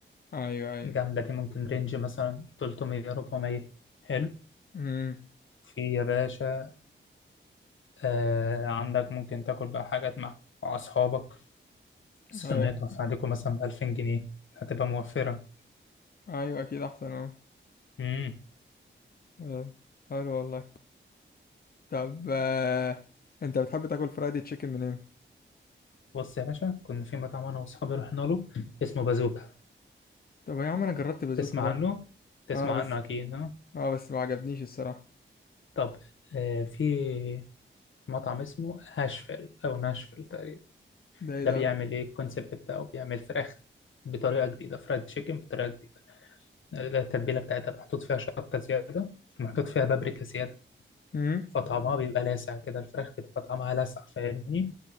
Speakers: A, on the left; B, on the left.
A: ايوه ايوه
B: الجملة دي ممكن رينج مثلا 300 400 حلو
A: امم
B: في يا باشا آه عندك ممكن تاكل بقى حاجات مع مع أصحابك صينيتها
A: ايوه
B: في عليكم مثلا ب 2000 جنيه هتبقى موفرة
A: ايوه اكيد احسن اه
B: امم
A: آه. حلو والله طب آه. انت بتحب تاكل فرايدي تشيكن منين
B: بص يا باشا كنا في مطعم أنا وأصحابي رحنا له اسمه بازوكا
A: طب يا عم انا جربت بازوكا
B: تسمع
A: ده
B: عنه؟ تسمع
A: اه بس
B: عنه أكيد ها؟
A: اه بس ما عجبنيش الصراحه
B: طب آه في مطعم اسمه هاشفيل أو ناشفيل تقريبا
A: ده ايه
B: ده
A: ده
B: بيعمل إيه الكونسيبت بتاعه بيعمل فراخ بطريقة جديدة فرايد تشيكن بطريقة جديدة التتبيلة بتاعتها محطوط فيها شطة زيادة ومحطوط فيها بابريكا زيادة
A: امم
B: فطعمها بيبقى لاسع كده الفراخ بتبقى طعمها لاسع فاهمني